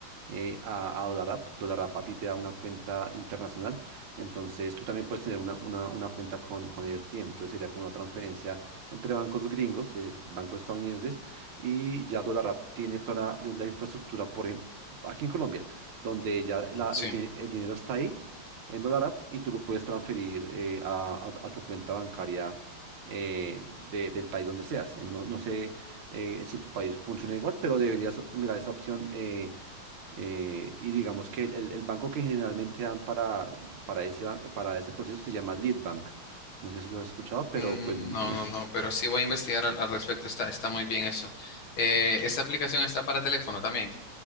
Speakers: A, on the right (about 80°); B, on the left (about 80°).
A: eh, a, a DolarApp. DolarApp a ti te da una cuenta internacional. Entonces tú también puedes tener una, una, una cuenta con, con AirTM. Entonces sería como una transferencia entre bancos gringos, eh, bancos estadounidenses, y ya DolarApp tiene toda la, la infraestructura, por ejemplo, aquí en Colombia, donde ya la-
B: Sí.
A: el, di- el dinero está ahí en dólar app y tú lo puedes transferir eh, a, a- a tu cuenta bancaria eh, de- del país donde seas. Eh, No, no sé eh, si en tu país funciona igual, pero deberías mirar esa opción. eh, eh, y digamos que el, el- el banco que generalmente dan para, para ese, ba- para ese proceso se llama Leadbank. No sé si lo has escuchado, pero
B: Mm,
A: pues me-
B: No, no, no, pero sí voy a investigar al, al respecto, está, está muy bien eso. Eh, esa aplicación está para teléfono también.